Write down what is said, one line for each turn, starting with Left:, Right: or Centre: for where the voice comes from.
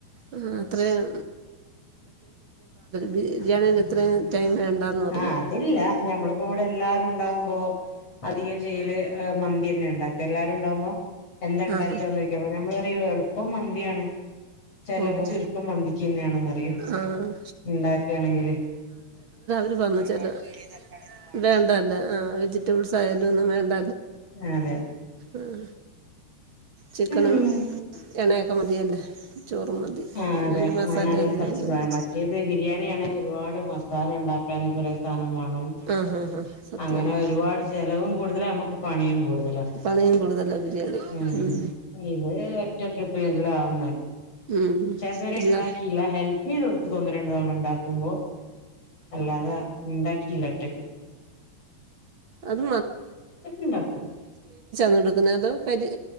Right: ആഹ് അത്രയും ബിരിയാണിന്റെ അത്രയും ടൈം വേണ്ടാന്ന് പറ
Left: ആ അതില്ല ഞമ്മളിപ്പോ ഇവിടെ എല്ലാരും ഉണ്ടാവുമ്പോ അധികം ചെയ്യല് മന്തി തന്നെ ഉണ്ടാക്ക എല്ലാരും ഉണ്ടാവുമ്പോ എന്താ ണ്ടാക്ക
Right: ആഹ്
Left: ചോയ്ക്കും നമ്മ എളുപ്പം മന്തിയാണ് ചെലവും
Right: ഓഹോ ഹോ
Left: ചുരുക്കം മന്തിക്ക് എന്നെ ആണ് എന്നെ പറയാ
Right: ആഹ്
Left: ണ്ടാകുആണേൽ
Right: <unintelligible> വേണ്ട ലെ വെജിറ്റബിൾസയാലും ഒന്നും വേണ്ട
Left: ആ അതെ
Right: ഉം ചിക്കനും
Left: ഉം
Right: എണയൊക്കെ മതിയല്ലേ ചോറും മതി
Left: ആ അതെ
Right: നല്ല
Left: അങ്ങനെ
Right: മസാലയൊന്നും
Left: നല്ല കുറച്ച്
Right: ഇല്ലല്ലോ
Left: സാധനം മറ്റേത് ബിരിയാണെ ഒരുപാട് മസാ ഉണ്ടാക്കാൻ കുറെേ സാധനമാണ്
Right: ആഹ് ആഹ് ആഹ് സത്യാണ്
Left: അങ്ങനെ ഒരുപാട് ചെലവും കൂടുതല നമുക്ക് പണിയും കൂടുതല
Right: പണിയും കൂടുതലാ ബിരിയാണി
Left: ഉ
Right: ഉം
Left: ഇത് ട്രിപ്പ് എല്ലാം ആവുന്നേ
Right: ഉം
Left: ഇതു വരെ
Right: എല്ലാ
Left: ഉണ്ടാക്കില്ല ഹെൽപ് ചെയ്ത് കൊടുത്തക്കന്ന രണ്ടു തവണ ഉണ്ടാക്ക കുഭോ <unintelligible> അല്ലാതെ ഉണ്ടാക്കിയില്ല ഒറ്റക്ക്
Right: അത്
Left: ഇണ്ടാക്കും
Right: കൊടുക്കുന്നത് അത്